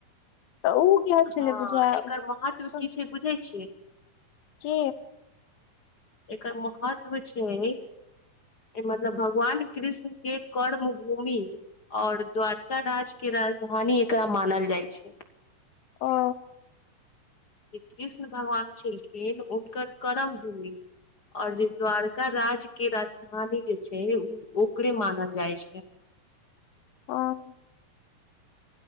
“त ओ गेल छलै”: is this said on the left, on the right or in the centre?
Left